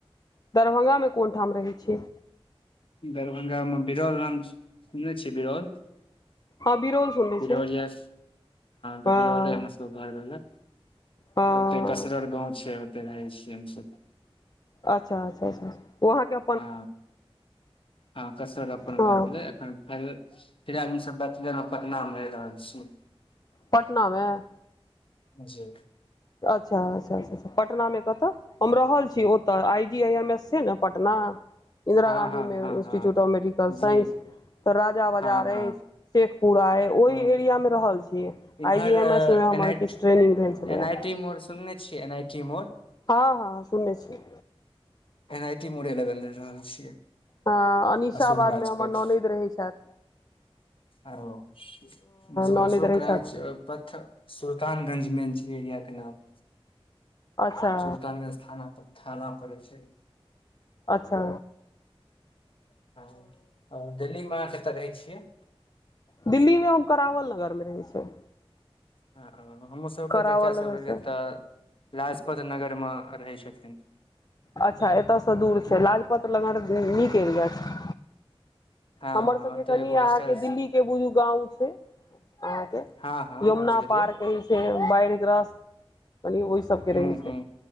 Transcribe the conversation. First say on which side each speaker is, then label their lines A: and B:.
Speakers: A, on the left (about 40°); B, on the left (about 60°).
A: दरभंगा में कोन ठाम रहै छिय
B: दरभंगा में बिरल राम सुनने छ बिरल
A: हँ बिरौल सुनने
B: बिरौल
A: छियै
B: हय छय
A: हँ
B: घर रहलला
A: हँ
B: ओते कसरर गाँव छै ओते रहै छीय हमस
A: अच्छा अच्छा वहाँके
B: ह हँ कस अपना
A: हँ
B: क भेलै एन फ फिर आदमी सब ब गेलेलं पटना में ह रहल छी
A: पटना में
B: जी
A: अच्छा अच्छा पटना में कतऽ हम रहल छी ओतऽ आइ एम एस ने पटना इंन्दिरा
B: हँ
A: गाँधी
B: हँ हँ
A: इंस्टीट्यूट
B: हँ
A: ऑफ मेडिकल साइंस
B: जी
A: तऽ राजा बाजार
B: हँ हँ
A: अछि शेखपुरा अय ओइ
B: हूँ
A: एरिया मे रहल छियै
B: इम्हर
A: आइ जी
B: एन
A: एम एस मे हमर
B: आइ
A: किछ ट्रेनिंग भेल छलै
B: एन
A: ऐय
B: आइ टी मोर सुनने छियै एनआइटी मोर
A: हँ हँ हँ सुनने छियै
B: एनआइटी मोरे लगन रहि रहल छियै
A: हँ अनीशाबाद
B: अशोक राजपथ
A: मे हमर ननैद रहैत छथि
B: आरो मतलव
A: ननैद
B: अशोक
A: रहै
B: राज
A: छथि
B: अ पथ सुल्तानगंज मेन छैै एरिया के नाम
A: अच्छा
B: सुल्तानगंज थाना पर थाना पड़ै छै
A: अच्छा
B: हँ दिल्ली में अहाँ कतऽ रहै छियै
A: दिल्ली में हम करावल नगरमे रहै छै
B: ह हमरँ सबके
A: करावल
B: चच्चा सब
A: नगर
B: रहलै
A: छै
B: तऽ लाजपत नगर में रहै छथिन
A: अच्छा एतयसँ दूर छै लाजपत लगर नीक एरिया छै
B: हँ
A: हमर
B: हँ
A: सबकेँ
B: ओतऽ
A: कनि
B: एगो
A: अहाँकेँ
B: स्टार
A: दिल्ली केँ बुझू गाँंव छै आहां के
B: हँ हँ
A: यमुना
B: बुझ गेलियै
A: पार कहैछ से बाढ़ि ग्रस्त कनि ओहि सब के
B: हूँ
A: रहै छै
B: हूँ